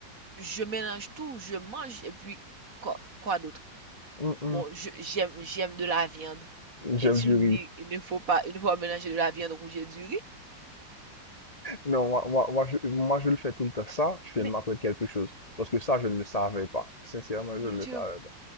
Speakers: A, on the right; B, on the left.
A: je mélange tout, je mange et puis quoi, quoi d'autre?
B: Mhm. mm.
A: Bon, je- j'aime, j'aime de la viande.
B: J'aime
A: Et tu
B: du
A: me
B: riz.
A: dis, il ne faut pas, il ne faut pas mélanger de la viande rouge et du riz.
B: Non, moi, moi, moi, je, moi, je le fais tout le temps. Ça, tu
A: Mais
B: viens de m'apprendre quelque chose. Parce que ça, je ne le savais pas. Sincèrement, je
A: bien
B: ne le
A: sûr,
B: savais pas.